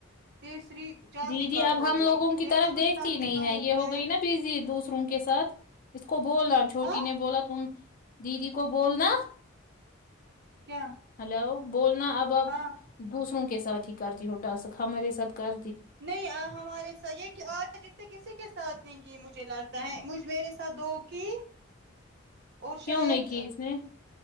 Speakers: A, on the right; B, on the left.
A: تیسری جلدی
B: دیدی
A: کاٹ
B: اب
A: ہو
B: ہم
A: گئی
B: لوگوں کی
A: دیکھا
B: طرف
A: نقصان
B: دیکھتی
A: کتنا
B: نہیں ہے یہ ہو
A: گیا
B: گئی نا بزی دوسروں کے ساتھ اس کو بولنا چھوٹی
A: ہاں
B: نے بولا تم دیدی کو بولنا
A: کیا
B: ہلو بولنا اب اب
A: ہاں
B: دوسروں کے ساتھ ہی کرتی ہو ٹاسک ہمارے ساتھ کر
A: نہیں ہمارے سے یہ کہ آج اسے کسی کے ساتھ نہیں کی مجھے لگتا ہے مجھ میرے ساتھ دو کی اور
B: کیوں
A: شاید
B: نہیں کی اس نے